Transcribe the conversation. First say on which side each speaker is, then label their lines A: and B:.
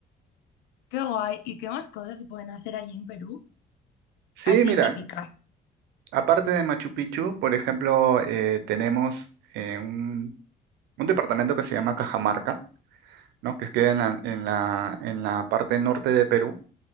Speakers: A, on the left; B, on the right.
A: Qué guay. ¿Y qué más cosas se pueden hacer allí en Perú?
B: Sí,
A: Así
B: mira,
A: típicas.
B: aparte de Machu Picchu, por ejemplo, eh, tenemos... eh, un un departamento que se llama Cajamarca, ¿no? Que queda en la, en la, en la parte norte de Perú.